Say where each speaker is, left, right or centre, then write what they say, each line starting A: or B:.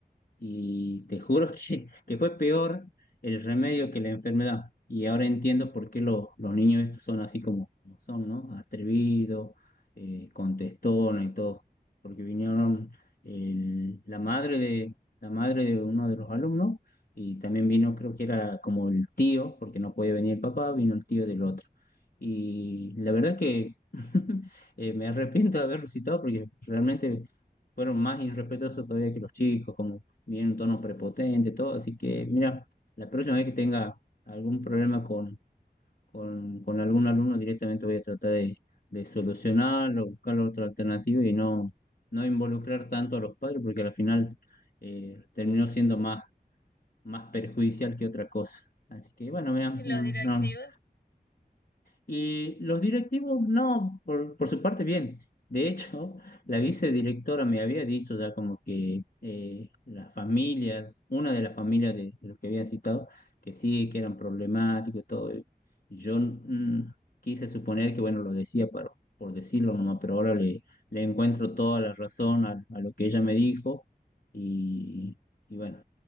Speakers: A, on the left (about 55°); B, on the left (about 75°).
A: y te juro <laughs> que, que fue peor el remedio que la enfermedad. Y ahora entiendo por qué lo- los niños estos son así como, como son, ¿no? Atrevidos, eh, contestones y todo. Porque vinieron el- la madre de, la madre de uno de los alumnos y también vino, creo que era como el tío, porque no podía venir el papá, vino el tío del otro. Y la verdad que <laughs> eh, me arrepiento de haberlo citado porque realmente fueron más irrespetuosos todavía que los chicos, viene un tono prepotente, todo. Así que, mira, la próxima vez que tenga algún problema con, con, con algún alumno, directamente voy a tratar de, de solucionarlo, buscar otra alternativa y no, no involucrar tanto a los padres, porque al final eh, terminó siendo más, más perjudicial que otra cosa. Así que, bueno, mira,
B: ¿Y los
A: no,
B: directivos?
A: no, y los directivos, no, por, por su parte, bien. De hecho, la vicedirectora me había dicho ya como que eh, la familia, una de las familias de, de los que habían citado, que sí, que eran problemáticos y todo. Y yo mm, quise suponer que, bueno, lo decía para- por decirlo nomás, pero ahora le, le encuentro toda la razón a, a lo que ella me dijo. Y, y bueno,